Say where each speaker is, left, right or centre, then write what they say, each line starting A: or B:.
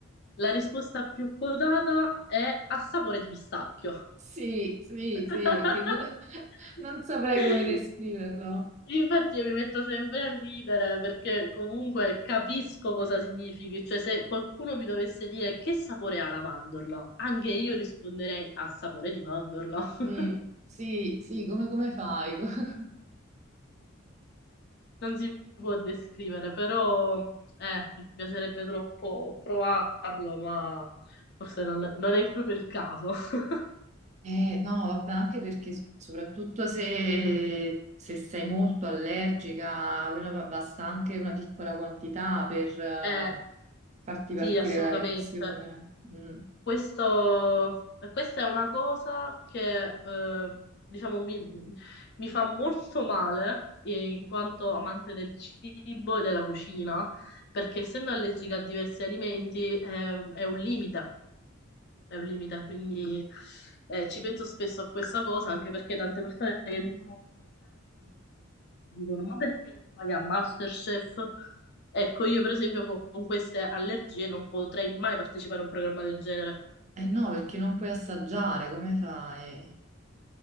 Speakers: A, on the left; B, on the right.
A: la risposta più quotata è a sapore di pistacchio.
B: Sì, sì,
A: <laughs>
B: sì, perché non, <laughs> non saprei come descriverlo.
A: Infatti io mi metto sempre a ridere perché comunque capisco cosa significhi, cioè se qualcuno mi dovesse dire che sapore ha la mandorla, anche io risponderei a sapore di mandorla. <laughs>
B: Mm, sì, sì, come, come fai? <laughs>
A: Non si può descrivere, però eh, mi piacerebbe troppo provarlo, ma forse non, non è proprio il caso. <laughs>
B: Eh, no, vabbè, anche perché s- soprattutto se, se sei molto allergica, quello va- basta anche una piccola quantità per eh,
A: Eh,
B: farti partire
A: sì, assolutamente.
B: la reazione. Mm.
A: Questo, questa è una cosa che, eh, diciamo, mi, mi fa molto male eh, in quanto amante del cibo e della cucina, perché essendo allergica a diversi alimenti, eh, è un limite, è un limite, quindi eh, ci penso spesso a questa cosa, anche perché tante persone che mi conoscono e sanno che io dicono, ma perché non vai a MasterChef? Ecco, io per esempio con con queste allergie non potrei mai partecipare a un programma del genere
B: Eh no, perché non puoi assaggiare, come fai?